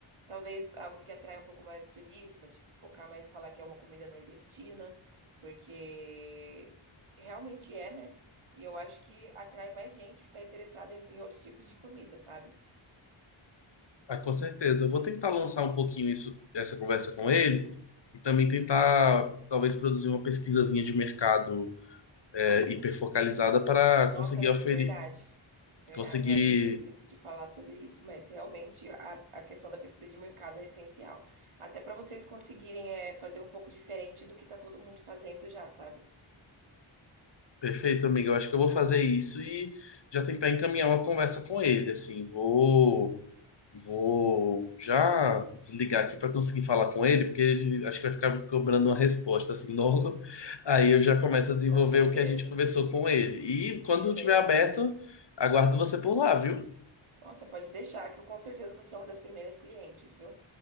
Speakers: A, on the right (about 80°); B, on the left (about 55°).
A: Talvez algo que atrai um pouco mais os turistas, tipo, focar mais e falar que é uma comida nordestina, porque realmente é, né? E eu acho que atrai mais gente que tá interessada em, em outros tipos de comida, sabe?
B: Ah, com certeza. Eu vou tentar lançar um pouquinho isso, essa conversa com ele e também tentar talvez produzir uma pesquisazinha de mercado é, hiperfocalizada para
A: Nossa,
B: conseguir
A: amigo,
B: oferir,
A: verdade. Verdade,
B: conseguir
A: eu acho que eu esqueci de falar sobre isso, mas realmente a, a questão da pesquisa de mercado é essencial. Até para vocês conseguirem é, fazer um pouco diferente do que tá todo mundo fazendo já, sabe?
B: Perfeito, amigo. Eu acho que eu vou fazer isso e já tentar encaminhar uma conversa com ele, assim, vou Vou já desligar aqui para conseguir falar com ele, porque ele acho que vai ficar me cobrando uma resposta assim <laughs> logo. Aí eu já começo a desenvolver
A: Com certeza.
B: o que a gente conversou com ele. E quando
A: Beleza,
B: tiver aberto,
A: amigo.
B: aguardo você por lá, viu?
A: Nossa, pode deixar que eu com certeza vou ser uma das primeiras clientes, viu?